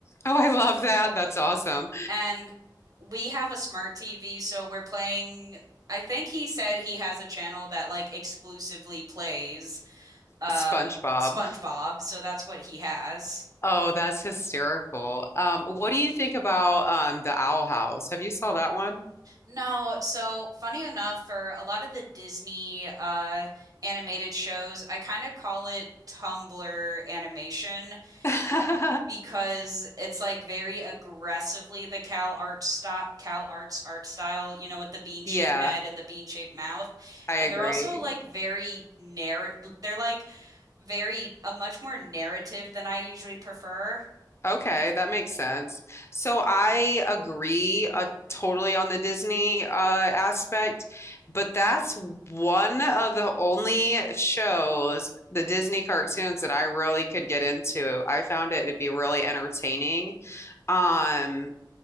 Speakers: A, on the left (about 35°); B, on the right (about 55°).
A: Oh, I love that. That's awesome.
B: And we have a smart TV, so we're playing I think he said he has a channel that like exclusively plays uh
A: SpongeBob.
B: SpongeBob, so that's what he has.
A: Oh, that's hysterical. Um, what do you think about um the Owl House? Have you saw that one?
B: No, so funny enough, for a lot of the Disney uh animated shows, I kind of call it Tumblr animation
A: <laughs>
B: because it's like very aggressively the Cal Arts style, Cal Arts art style, you know, with the bean-shaped
A: Yeah,
B: head and the bean-shaped mouth.
A: I
B: And they're
A: agree.
B: also like very narr they're like very a much more narrative than I usually prefer.
A: Okay, that makes sense. So I agree uh, totally on the Disney uh, aspect, but that's one of the only shows, the Disney cartoons that I really could get into. I found it to be really entertaining. Um,